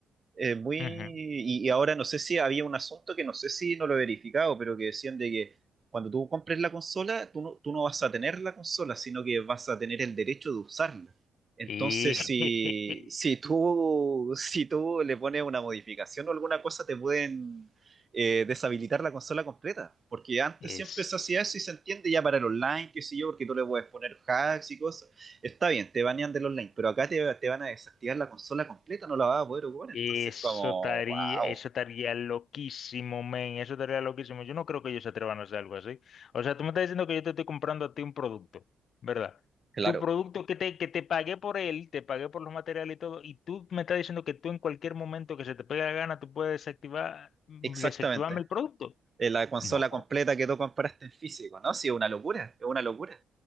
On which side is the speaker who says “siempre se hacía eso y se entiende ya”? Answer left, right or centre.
Right